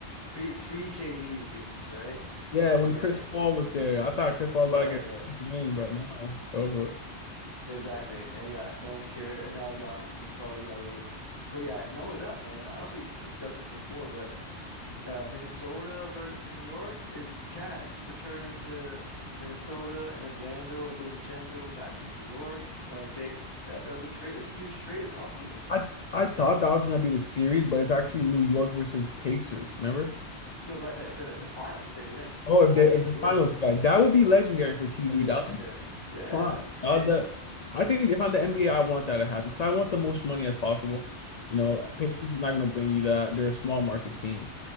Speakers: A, on the left; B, on the left.
A: Pre pre KD Phoenix, right?
B: Yeah, when
A: Yeah,
B: Chris Paul was there, I thought Chris Paul
A: right,
B: was about to get
A: right.
B: his ring,
A: Yeah,
B: but no, it's over with.
A: exactly. And yeah, no one cared. And now Giannis is probably gonna leave. But yeah, not only that, man. I don't know if we discussed this before, but uh, Minnesota versus New York is Cat returning to Minnesota, and then Randall and DiVincenzo back to New York. Like they, that, that was a trade, a huge trade in the offseason.
B: I I thought that was gonna be the series, but it's actually New York versus Pacers. Remember?
A: No, but in the, if the, in the finals, if they win,
B: Oh,
A: if
B: if
A: both
B: they
A: teams
B: if the
A: win,
B: finals, right? That would be legendary for TV.
A: that'd be legendary.
B: That would be
A: Yeah,
B: prime.
A: it'd be crazy.
B: That was the. I think if I'm the NBA, I want that to happen because I want the most money as possible. You know,
A: Yeah.
B: Pacers is not gonna bring you that. They're a small market team,